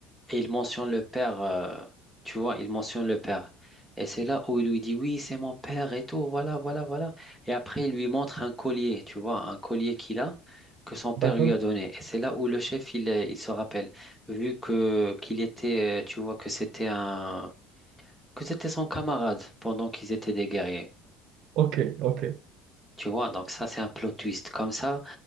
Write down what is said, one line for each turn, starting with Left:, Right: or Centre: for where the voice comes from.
Centre: Et il mentionne le père, euh, tu vois, il mentionne le père. Et c'est là où il lui dit, oui, c'est mon père et tout, voilà, voilà, voilà. Et après, il lui montre un collier, tu vois, un collier qu'il a, que son père
Right: d'accord,
Centre: lui a donné. Et c'est là où le chef, il, euh, il se rappelle, vu que qu'il était, euh, tu vois, que c'était un... que c'était son camarade pendant qu'ils étaient des guerriers.
Right: ok, ok,
Centre: Tu vois, donc ça, c'est un plot twist. Comme ça.